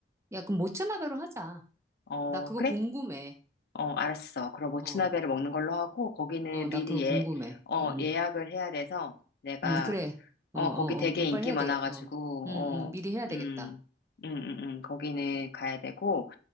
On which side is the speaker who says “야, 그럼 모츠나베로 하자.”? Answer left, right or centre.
Right